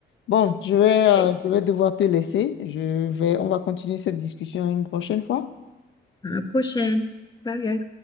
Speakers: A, on the left (about 70°); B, on the left (about 20°).
A: Bon, je vais, euh,
B: oui.
A: je vais devoir te laisser. Je vais, on va continuer cette discussion une prochaine fois.
B: À la prochaine. Bye. bye.